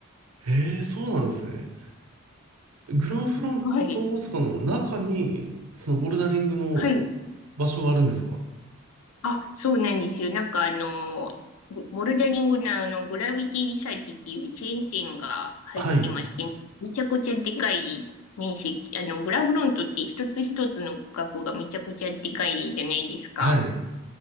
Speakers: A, on the right; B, on the left.
A: ええ、そうなんですね。グランフロント大阪の中に、
B: はい。
A: そのボルダリングの
B: はい。
A: 場所があるんですか
B: あ、そうなんですよ。なんかあの、ボボルダリングのあの、グラビティリサーチっていうチェーン店が入ってまして、
A: はい。
B: めちゃくちゃでかい面積、あの、グラフロントって一つ一つの区画がめちゃくちゃでかいじゃないですか。
A: はい。